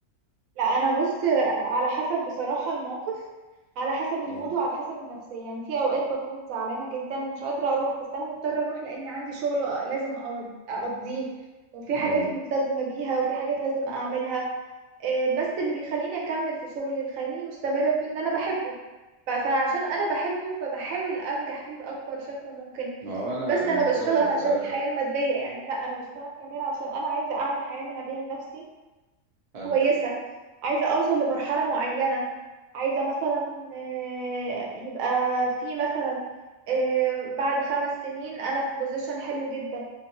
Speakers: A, on the right; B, on the right.
A: لا انا بص على حسب بصراحة الموقف على حسب المود
B: مم.
A: وعلى حسب النفسية يعني في اوقات بكون زعلانة جدا ومش قادرة اروح بس انا مضطرة اروح لاني عندي شغل أ- لازم أود- اقضيه وفي
B: مم.
A: حاجات ملتزمة بيها وفي حاجات لازم اعملها آه، بس اللي بيخليني اكمل في شغلي اللي بيخليني مستمرة فيه ان انا بحبه ف- فعشان انا بحبه فبحاول انجح فيه باكبر شكل ممكن
B: ما هو انا
A: بس
B: المقولة
A: انا بشتغل
B: اللي قلتها
A: عشان الحياة
B: لك
A: المادية يعني لا انا بشتغل كمان عشان انا عايزة اعمل حياة مهنية لنفسي
B: حلو
A: كويسة عايزة أوصل لمرحلة معينة عايزة مثلا آه، يبقى في مثلا آه، بعد خمس سنين أنا في بوزيشن حلو جدا